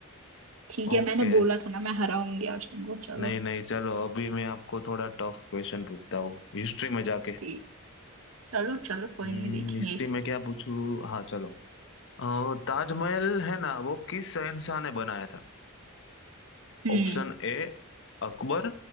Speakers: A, on the right; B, on the left.
A: ठीक है
B: ओके
A: मैंने बोला था ना मैं हराऊंगी अर्शन को चलो
B: नहीं नहीं चलो अभी मैं आपको थोड़ा टफ क्वेश्चन पूछता हूँ हिस्ट्री में जाके
A: ठीक चलो चलो कोई
B: हम्म
A: नहीं देखेंगे
B: हिस्ट्री में क्या पूछूं हाँ चलो अ, ताजमहल है ना वो किस शहंशाह ने बनाया था
A: हम्म
B: Option A Akbar